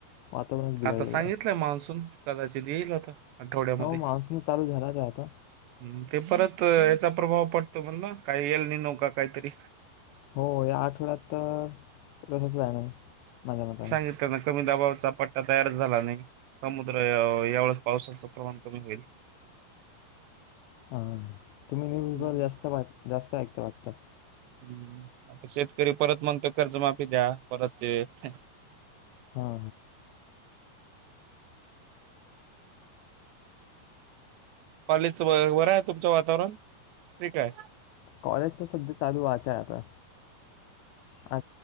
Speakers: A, on the left; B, on the right.
A: वातावरणच बिघडलेलं
B: आता सांगितलंय
A: आहे.
B: मान्सून, कदाचित येईल आता. आठवड्यामध्ये.
A: हो मान्सून चालू झालाच आहे आता
B: हम् ते परत- याचा प्रभाव पडतो म्हण ना, काही येल निनो का काहीतरी?
A: हो, या आठवड्यात तर तसच राहणार. माझ्या मतानं
B: सांगित ना कमी दाबाचा पट- तयार झाला आणि समुद्र यावेळेस पावसाचं प्रमाण कमी होईल.
A: हा. तुम्ही न्यूज
B: हम्म,
A: वर जास्त, जास्त ऐकता वाटत?
B: हम्. आता शेतकरी परत म्हणतो कर्ज माफी द्या. परत ते-
A: हा.
B: पालीच बरं आहे तुमचं वातावरण? ठीक आहे
A: कॉलेजचा सध्या चालू वायचाय आता. आ